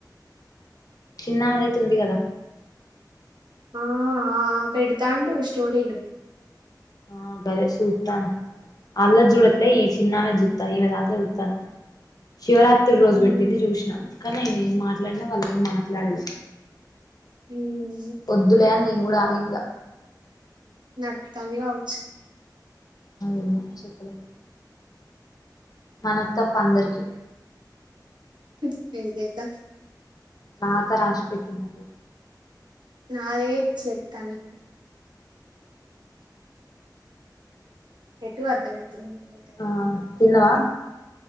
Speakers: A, on the left; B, on the right.
A: చిన్నదైతుంది కదా
B: ఆ అ పెడుతాండ స్టోరీలు
A: ఆ గదే సూతాను అల్ల చూడట్లే ఈ చిన్నమె చూతాను ఈ విధ అట్లో చూతాను శివరాత్రి త రోజు
B: ఉమ్
A: పెట్టింది చూసినా కా నేన ఏం మాట్లాడినా వాళ్ళు ఏం మాట్లాడలేి
B: ఉమ్
A: వద్దులే అని నేను కూడా ఆగినగా
B: నర్తని కావచ్చు
A: ఏమో చెప్పలేమ్ మనకు తప్ప అందరికి
B: హ అదా
A: నాత రా ఆసి పెట్టిన్నట్లా
B: నాదేంటి స తనికు ఎట్టు అర్థమై డెలివరీ అయితే
A: ఆ తిన్నవా